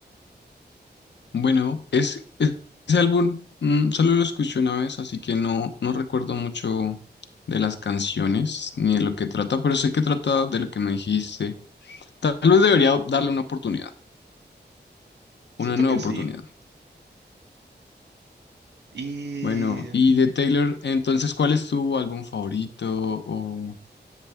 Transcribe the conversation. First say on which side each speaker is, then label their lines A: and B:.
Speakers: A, on the left (about 80°); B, on the right (about 70°).
A: Bueno, es, es- ese álbum mm, solo lo escuché una vez, así que no, no recuerdo mucho de las canciones ni de lo que trata, pero sé que trata de lo que me dijiste. Tal vez debería darle una oportunidad,
B: Siento
A: una nueva
B: que
A: oportunidad.
B: sí. Y
A: Bueno, y de Taylor, entonces, ¿cuál es tu álbum favorito o